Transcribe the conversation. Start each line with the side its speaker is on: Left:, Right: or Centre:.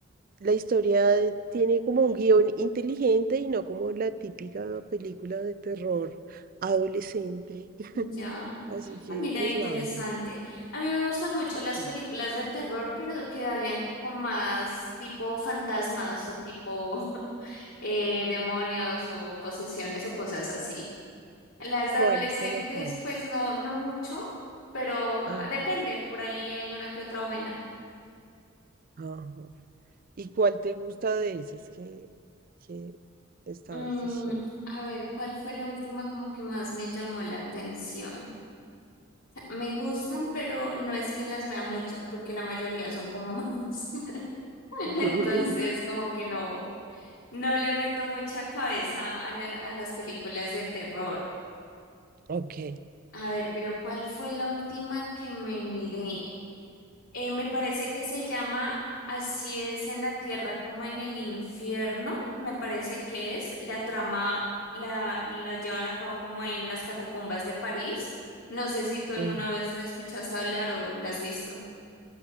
Right: La historia tiene como un guión inteligente y no como la típica película de terror adolescente. <laughs>
Left: Ya.
Right: Así que,
Left: Ah, mira,
Right: pues
Left: interesante.
Right: nada.
Left: A mí me gustan mucho las
Right: sí.
Left: películas de terror, pero que vayan con más tipo fantasmas o tipo <laughs> eh, demonios o posesiones o cosas así. Las
Right: ¿Cuál?
Left: de adolescentes,
Right: ¿Cómo cuál?
Left: pues no, no mucho, pero ah,
Right: Ajá,
Left: depende, por ahí hay una que otra buena.
Right: ajá. ¿Y cuál te gusta de esas que, que estabas
Left: Mm,
Right: diciendo?
Left: a ver, ¿cuál fue la última como que más me llamó la atención? Me gustan, pero no es que las vea muchas, porque la mayoría son como malas. <laughs>
Right: <laughs>
Left: Entonces, como que no. No le meto mucha cabeza a la- a las películas de terror.
Right: Ok.
Left: A ver, pero ¿cuál fue la última que me miré? Eh, me parece que se llama Así es en la tierra como en el infierno. Me parece que es. La trama la, la llevan a cabo como en las catacumbas de París. No sé si tú alguna
Right: mm,
Left: vez la escuchaste hablar o la has visto.